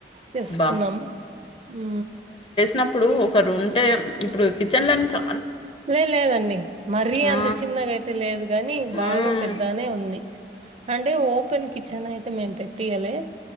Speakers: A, on the right (about 35°); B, on the left (about 30°).
A: చేస్కున్నాం
B: బా
A: ఊ
B: నప్పుడు ఒకరు ఉంటే ఇప్పుడు కిచెన్ లన్ని చ
A: లే లేదండి మరీ అంత
B: ఆ,
A: చిన్నగా అయితే లేదు గాని
B: మ్మ్,
A: బాగా పెద్దనే ఉంది అంటే ఓపెన్ కిచెన్ అయితే మేం పెట్టియలే